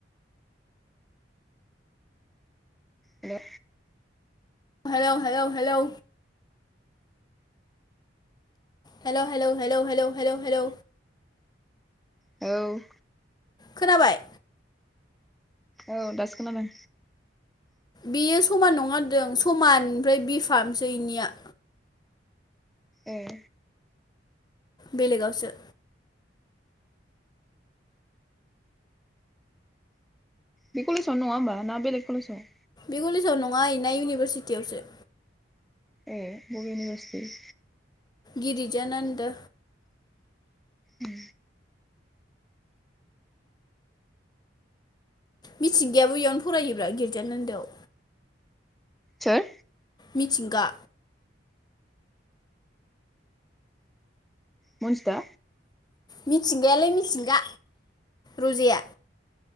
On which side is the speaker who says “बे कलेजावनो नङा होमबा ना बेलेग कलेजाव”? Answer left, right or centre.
Centre